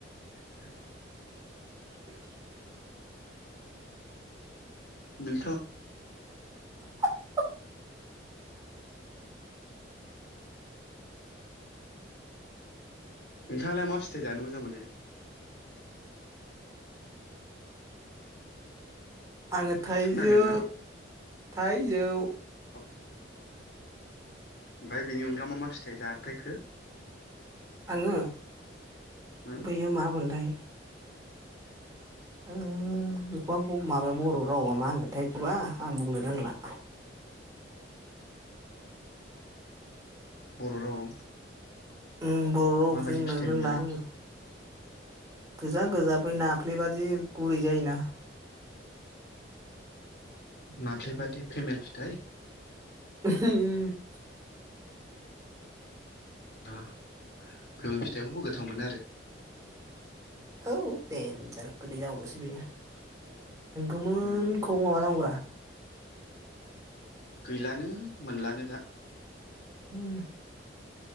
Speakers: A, on the left; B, on the right.
A: <unintelligible>
B: <unintelligible>
A: बेथ'
B: <unintelligible>
A: नोंथाङालाय मा फिथाइ जानो मोजां मोनो?
B: आङो थाइजौ
A: खोनादोंना
B: थाइजौ
A: <unintelligible> ओमफाय बेनि अनगा मा मा फिथाइ जाफेरखो?
B: आङो
A: उम
B: बैयो मा मोनथाय ओम बेखौ आं माबायाव बर' रावाव मा होनगोनथाय एखौबा आं बुंनो रोंला
A: बर' रावाव
B: उम बर' रावाव
A: माबायदि
B: बुंनो
A: फिथाइमोन
B: रोंला
A: बेलाय
B: आङो। गोजा गोजा बै नाफ्लेबादि गुरै जायोना?
A: नाफ्लेबादि फेमेल फिथाइ।
B: <unintelligible>
A: फेमेल फिथाइखौबो गोथाव मोनो आरो
B: औ देन्जार गोदै जाबावोसो बेयो गोमोनखौ
A: आरो
B: माबानांगौरा,
A: गैलानो मोनलानो दा।
B: उम।